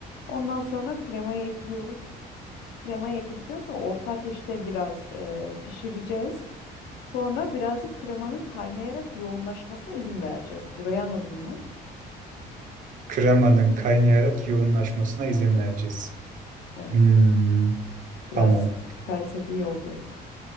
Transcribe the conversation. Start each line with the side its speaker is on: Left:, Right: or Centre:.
Left: Ondan sonra kremayı ekliyoruz. Kremayı ekledikten sonra orta ateşte biraz e, pişireceğiz. Sonra birazcık kremanın kaynayarak yoğunlaşmasına izin vereceğiz. Burayı anladın mı?
Right: Kremanın kaynayarak yoğunlaşmasına izin vereceğiz.
Left: Evet.
Right: Hmm,
Left: Biraz
Right: tamam.
Left: felsefi oldu.